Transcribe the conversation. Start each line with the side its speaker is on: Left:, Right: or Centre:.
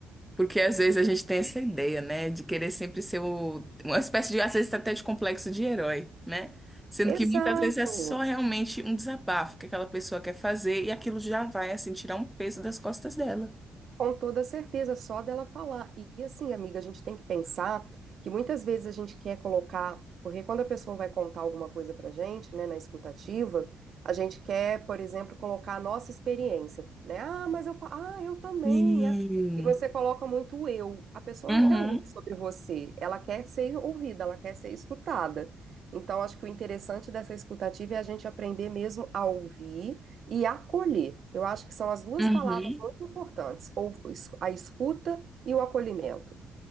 Centre: Porque às vezes a gente tem essa ideia, né, de querer sempre ser o- uma espécie de, às vezes até de complexo de herói, né? Sendo
Right: Exato.
Centre: que muitas vezes é só realmente um desabafo que aquela pessoa quer fazer e aquilo já vai, assim, tirar um peso das costas dela.
Right: Com toda certeza, só dela falar. E e assim, amiga, a gente tem que pensar que muitas vezes a gente quer colocar, porque quando a pessoa vai contar alguma coisa pra gente, né, na escutativa, a gente quer, por exemplo, colocar a nossa experiência, né? Ah, mas eu, pa- ah, eu também.
Centre: Sim.
Right: ah. E você coloca muito o eu. A pessoa
Centre: Uhum,
Right: não quer ouvir sobre você, ela quer ser ouvida, ela quer ser escutada. Então, acho que o interessante dessa escutativa é a gente aprender mesmo a ouvir e acolher. Eu acho que são as duas
Centre: uhum.
Right: palavras muito importantes, ou es- a escuta e o acolhimento.